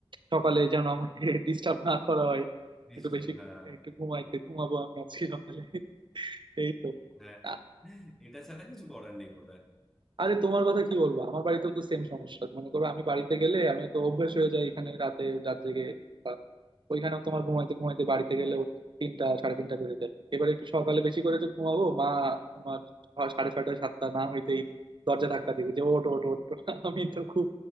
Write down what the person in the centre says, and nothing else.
ডিস্টার্ব
হ্যাঁ
হ্যাঁ
এটা ছাড়া কিছু করার নেই বোধহয়